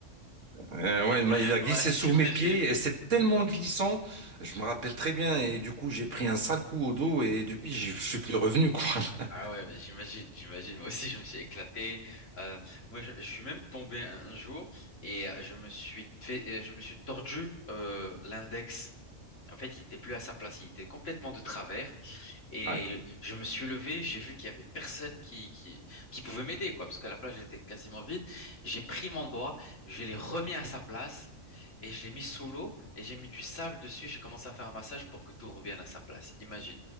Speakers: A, on the right; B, on the left.
A: Euh, ouais, il
B: <laughs>
A: m'a- il a glissé
B: ouais, j'imagine.
A: sous mes pieds et c'est tellement glissant, je me rappelle très bien et du coup j'ai pris un sale coup au dos et depuis je je suis plus revenu quoi. <laughs>
B: Ah ouais, mais j'imagine, j'imagine. Moi aussi, je me suis éclaté. Euh, moi, je, je suis même tombé un un jour et euh, je me suis fait, euh, je me suis tordu euh, l'index. En fait, il était plus à sa place, il était complètement de travers. Et
A: Aïe.
B: je me suis levé, j'ai vu qu'il y avait personne qui, qui, qui pouvait m'aider, quoi, parce que la plage était quasiment vide. J'ai pris mon doigt, je l'ai remis à sa place et je l'ai mis sous l'eau et j'ai mis du sable dessus. J'ai commencé à faire un massage pour que tout revienne à sa place. Imagine.